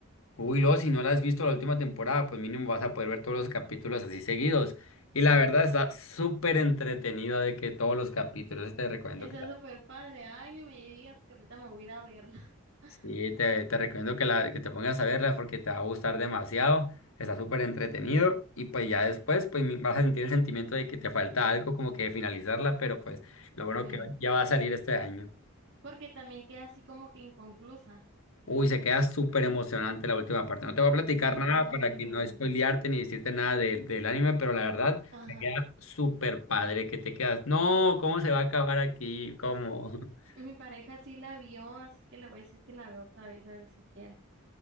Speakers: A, on the left (about 70°); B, on the right (about 55°).
A: Uy, luego, si no la has visto la última temporada, pues mínimo vas a poder ver todos los capítulos así seguidos. Y la verdad está súper entretenida de que todos los capítulos, te recomiendo
B: Está
A: que
B: súper padre. Ay, ni me digas que ahorita me voy a ir a verla. <laughs>
A: Sí, te, te recomiendo que, la, que te pongas a verla porque te va a gustar demasiado. Está súper entretenido y pues ya después pues mi- vas a sentir el sentimiento de que te falta algo como que finalizarla, pero pues lo bueno
B: Sí.
A: que ya va a salir este año.
B: Porque también queda así como que inconclusa.
A: Uy, se queda súper emocionante la última parte. No te voy a platicar
B: Ay,
A: nada para que
B: no.
A: no spoilearte ni decirte nada del del anime, pero la verdad
B: Ajá.
A: se queda súper padre que te quedas. No, ¿cómo se va a acabar aquí? ¿Cómo? <laughs>
B: Mi pareja sí la vio, así que le voy a decir que la veo otra vez, a ver si quiere.